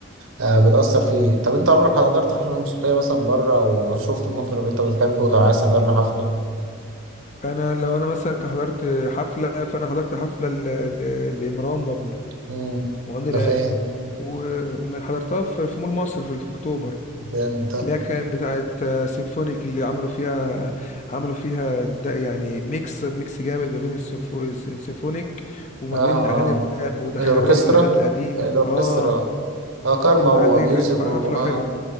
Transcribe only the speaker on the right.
آه، بتأثر فيه طب انت عمرك حضرت حفلة موسيقية مثلا بره وشفت المطرب اللي انت بتحبه وعايز تحضر له حفلة
امم
انت فاهم
جامد ده
اه
اه
الاوركسترا
الاوركسترا
اه كارما وابي
يوسف
و... اه